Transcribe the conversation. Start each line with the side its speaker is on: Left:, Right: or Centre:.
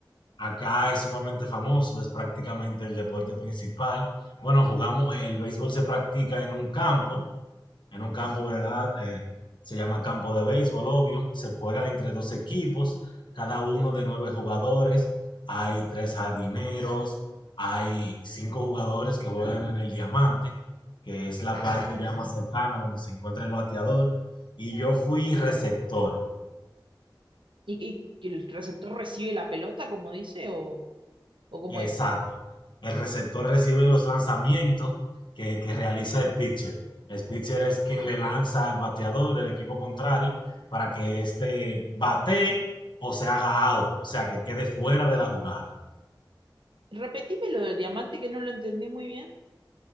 Left: Acá es sumamente famoso, es prácticamente el deporte principal. Bueno, jugamos, eh, el béisbol se practica en un campo, en un campo, ¿verdad? Eh, se llama campo de béisbol, obvio. Se juega entre dos equipos, cada uno de nueve jugadores. Hay tres jardineros, hay cinco jugadores que juegan en el diamante, que es la parte ya más cercana donde se encuentra el bateador. Y yo fui receptor.
Right: ¿Y, que el receptor recibe la pelota, como dice, o, o cómo
Left: Exacto.
Right: es?
Left: El receptor recibe los lanzamientos que, que realiza el pitcher. El pitcher es quien le lanza al bateador del equipo contrario para que éste batee o se haga out, o sea, que quede fuera de la jugada.
Right: Repetime lo del diamante que no lo entendí muy bien.